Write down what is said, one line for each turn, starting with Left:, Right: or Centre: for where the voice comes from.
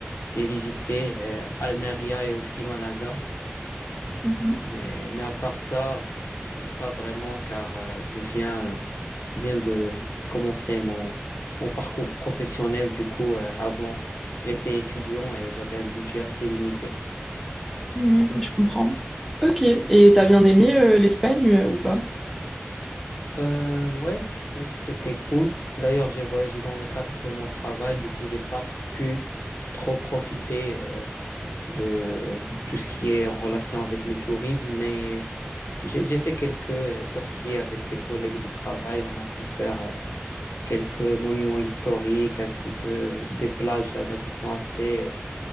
Left: j'ai visité euh, Almeria et aussi Malaga.
Centre: Mhm.
Left: Mais, mais à part ça, euh, pas vraiment, car euh, je viens Je viens de commencer mon, mon parcours professionnel. Du coup, euh, avant, j'étais étudiant et j'avais un budget assez limité.
Centre: Mhm, je comprends. Ok, et t'as bien aimé euh, l'Espagne euh, ou pas?
Left: Euh, ouais, je pense que c'était cool. D'ailleurs, j'ai voyagé dans le cadre de mon travail. Du coup, j'ai pas pu trop profiter euh, de tout ce qui est en relation avec le tourisme, mais j'ai j'ai fait quelques euh, sorties avec des collègues de travail. On a pu faire euh, quelques monuments historiques ainsi que des plages là-bas qui sont assez